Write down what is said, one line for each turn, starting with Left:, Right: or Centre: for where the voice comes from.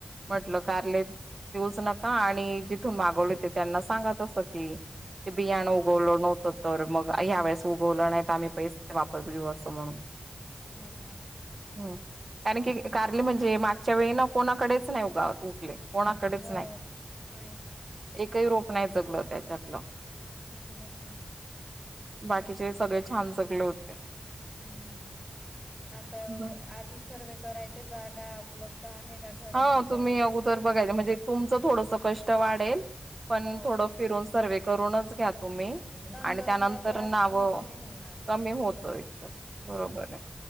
Right: म्हटलं
Centre: का
Right: कारारले देऊच नका आणि जिथून मागवले होते त्यांना सांगत तसं की ते बियाणं
Centre: हो
Right: उगवलं नव्हत तर मग ह्या वेळेस उगवलं नाही तर आम्ही पैसे वापर वा असं म्हणून
Centre: हा ना
Right: हम कारन की कारले म्हणजे मागच्या वेळी ना कोणाकडेच नाही उगा उगले कोणाकडेच
Centre: हो नाहीच
Right: काही रोप नाही जगलं त्याच्यातलं
Centre: उगला सु नायेत
Right: बाकीचे सगळे छान जगले होते
Centre: हम्म आता
Right: बर
Centre: आधी सर्वे करायचे जागा उपलब्ध आहे का घरा
Right: हा
Centre: शेजारी
Right: तुम्ही अगोदर
Centre: मग त्यांनाच
Right: बघायला म्हणजे
Centre: देणार
Right: तुमचं थोडस कष्ट वाढेल पण
Centre: हो
Right: थोडं फिरून सर्वे करूनच घ्या तुम्ही
Centre: नंतरचा
Right: आणि त्यानंतर
Centre: त्रास
Right: नाव
Centre: पण कमी होणार
Right: कमी होतोय तर
Centre: हा ना
Right: बरोबर आहे